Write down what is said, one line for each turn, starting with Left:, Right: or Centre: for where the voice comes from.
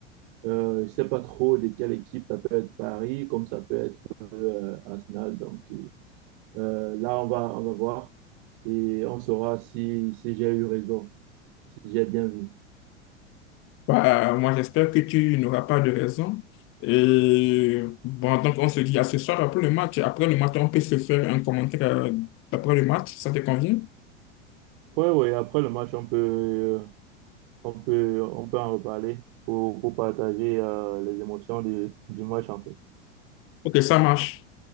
Right: Euh, je ne sais pas trop de quelle équipe, ça peut être Paris comme ça peut être euh, Arsenal. Donc euh, là, on va, on va voir et on saura si, si j'ai eu raison, si j'ai bien vu.
Left: Bah, moi, j'espère que tu n'auras pas de raison. Et bon, donc, on se dit à ce soir après le match. Après le match, on peut se faire un commentaire euh, après le match. Ça te convient?
Right: Ouais, ouais, après le match, on peut, euh, on peut, on peut en reparler pour, pour partager euh, les émotions du, du match en fait.
Left: Ok, ça marche.